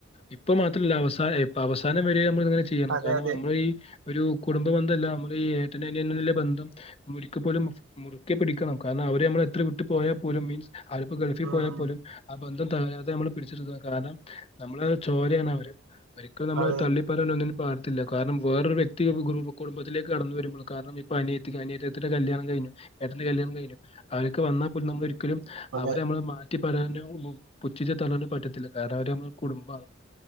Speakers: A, on the left (about 30°); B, on the right (about 80°).
A: ഇപ്പൊ മാത്രല്ല അവസാന ഇപ്പ അവസാനം വരെയും അമ്മള് ഇത് ഇങ്ങനെ ചെയ്യണം,
B: അതെ
A: കാരണം
B: അതെ
A: അമ്മള് ഈ ഒരു കുടുംബ ബന്ധല്ല അമ്മള് ഈ ഏട്ടന് അനിയനുള്ള ബന്ധം ഒരിക്ക പോലും മുറുക്കെ പിടിക്കണം, കാരണം അവര് അമ്മളെ എത്ര വിട്ടു പോയാ പോലും മീൻസ് ആള്പ്പോ ഗൾഫി
B: ഉം
A: പോയാ പോലും ആഹ് ബന്ധം തകരാതെ നമ്മള് പിടിച്ചിർത്തണം കാരണം നമ്മള് ചോരയാണ് അവര്, ഒരിക്കലും നമ്മളവരെ
B: അതെ
A: തള്ളി പറയാനൊന്നിനും പാടത്തില്ല, കാരണം വേറൊരു വ്യക്തി വു കു റു കുടുംബത്തിലേക്ക് കടന്നു വരുമ്പള് കാരണം ഇപ്പൊ അനി ത്തി അനിയത്തീടെ കല്യാണം കഴിഞ്ഞു, ഏട്ടന്റെ കല്യാണം കഴിഞ്ഞു, അവരൊക്കെ വന്നാപ്പോലും നമ്മള് ഒരിക്കലും
B: അതെ
A: അവരെ അമ്മള് മാറ്റി പറയാനോ <unintelligible> പുച്ചിച്ച് തള്ളാനോ പറ്റത്തില്ല, കാരണം അവര് അമ്മള് കുടുംബാണ്.